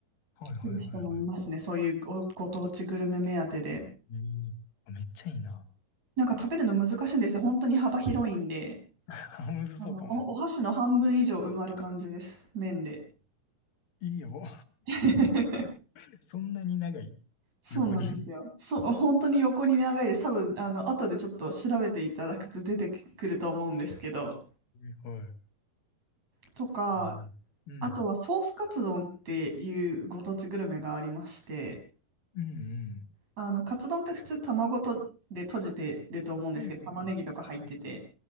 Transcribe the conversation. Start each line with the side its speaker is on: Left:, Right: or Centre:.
Left: はいはいはいは
Right: 来る人もいますね。そういうご、ご当地グルメ目当てで。
Left: い。いいあ、めっちゃいいな。
Right: なんか食べるの難しいんですよ。本当に幅広いんで、
Left: <laughs> むずそうかも。
Right: あの、お、お箸の半分以上埋まる感じです。麺で。
Left: いいよ。
Right: <laughs>
Left: <laughs> そんなに長い
Right: そうなんですよ。
Left: 横に。
Right: そう、本当に横に長いです。多分、あの、後でちょっと調べていただくと出てくると思うんですけど、
Left: <laughs> は
Right: とか、
Left: い。いいよ。うん。
Right: あとはソースカツ丼っていうご当地グルメがありまして、
Left: うんうん。
Right: あの、カツ丼って普通卵とで閉じてると思うんですけど、
Left: うんうんうん。
Right: 玉ねぎとか入ってて、